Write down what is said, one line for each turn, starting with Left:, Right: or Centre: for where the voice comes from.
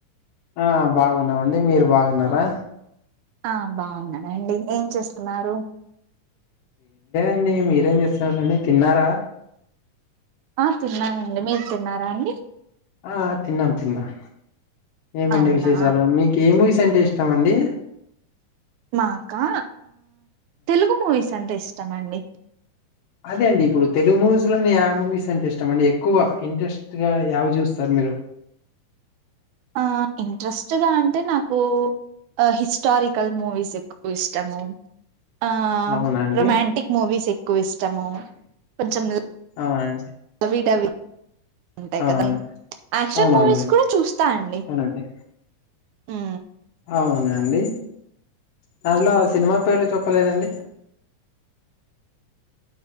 Left: ఆ బాగున్నామండి మీరు బాగున్నారా
Right: ఆ బాగున్నానండి ఏం చేస్తున్నారు
Left: ండి మీరేం చేస్తున్నారండి తిన్నారా
Right: ఆ తిన్నానండి మీరు తిన్నారా అండి
Left: ఆ తిన్నాం తిన్నాం ఏమండి
Right: అవునా
Left: విశేషాలు మీకు ఏమి ఇస్ ంటే ఇష్టమండి
Right: మాకా తెలుగు మూవీస్ అంటే ఇష్టం అండి
Left: అదే అండి ఇప్పుడు తెలుగు మూవీస్ లోనే మూవీస్ అంటే ఇష్టం అండి ఎక్కువ ఇంట్రెస్ట్ గ ఏవి చూస్తారు మీరు
Right: ఆ ఇంట్రెస్ట్గా అంటే నాకు హిస్టారికల్ మూవిస్ ఎక్కువ ఇష్టము ఆ
Left: అవునా అండి
Right: రొమాంటిక్ మూవీస్ ఎక్కువ ఇష్టము కొంచెం
Left: అవునండి
Right: విడవి అంటాయి
Left: అవునవును
Right: కదా యాక్షన్
Left: అవునవునులేండి
Right: మూవీస్ కూడా చూస్తా అండి
Left: అవునండి
Right: ఆ
Left: అవునా అండి దాట్లో ఆ సినిమా పేర్లు చెప్పలేదండి